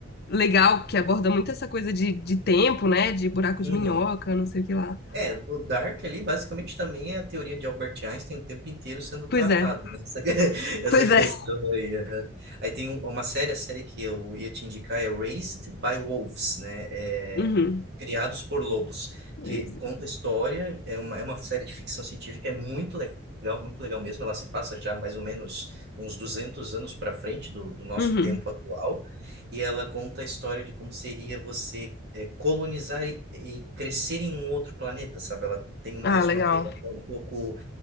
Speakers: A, on the left; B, on the right.
A: legal, que aborda muito essa coisa de, de tempo, né? De buraco
B: uhum.
A: de minhoca, não sei o que lá.
B: É, o Dark ali basicamente também é a teoria de Albert Einstein o tempo inteiro sendo tratada,
A: Pois é.
B: né? Essa, <laughs> essa
A: Pois
B: questão
A: é.
B: aí. aham. Aí tem um- uma série, a série que eu ia te indicar é Raised by Wolves, né? É,
A: Uhum.
B: Criados por Lobos, que
A: é.
B: conta a história, é uma, é uma série de ficção científica, é muito legal, muito legal mesmo. Ela se passa já mais ou menos uns 200 anos para frente do, do nosso
A: Uhum.
B: tempo atual, e ela conta a história de como seria você é, colonizar e, e crescer em um outro planeta, sabe? Ela tem mais
A: Ah, legal.
B: uma pegada um pouco